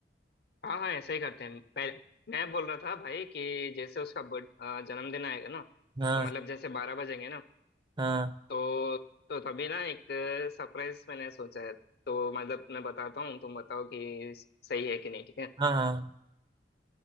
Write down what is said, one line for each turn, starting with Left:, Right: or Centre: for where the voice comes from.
Left: हाँ हाँ ऐसे ही करते हैं पहले मैं बोल रहा था भाई कि जैसे उसका बर्थ- अ, जन्मदिन आएगा ना
Right: हाँ
Left: तो मतलब जैसे बारह बजेंगे ना
Right: हाँ
Left: तो तो तभी ना एक सरप्राइज मैंने सोचा है तो मतलब मैं बताता हूँ तुम बताओ कि सही है कि नहीं ठीक है
Right: हाँ हाँ